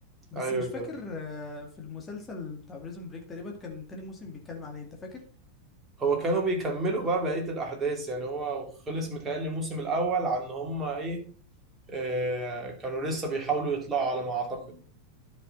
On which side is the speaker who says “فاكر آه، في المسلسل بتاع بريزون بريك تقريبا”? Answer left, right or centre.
Left